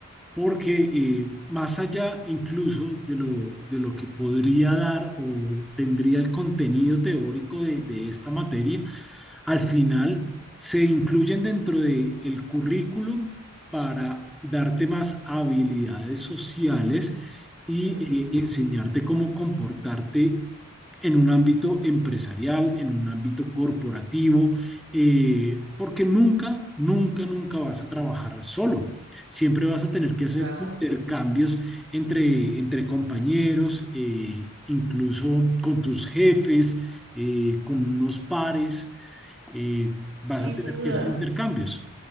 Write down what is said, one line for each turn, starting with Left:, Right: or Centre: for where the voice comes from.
Centre: porque eh, más allá incluso de lo, de lo que podría dar o tendría el contenido teórico de, de esta materia, al final se incluyen dentro del currículum para darte más habilidades sociales y
Right: mm,
Centre: eh, enseñarte cómo comportarte en un ámbito empresarial, en un ámbito corporativo, eh, porque nunca, nunca, nunca vas a trabajar solo. Siempre vas a tener que hacer
Right: claro.
Centre: intercambios entre, entre compañeros, eh, incluso con tus jefes, eh, con unos pares eh, vas
Right: Sí,
Centre: a
Right: sin
Centre: tener
Right: duda.
Centre: que hacer intercambios.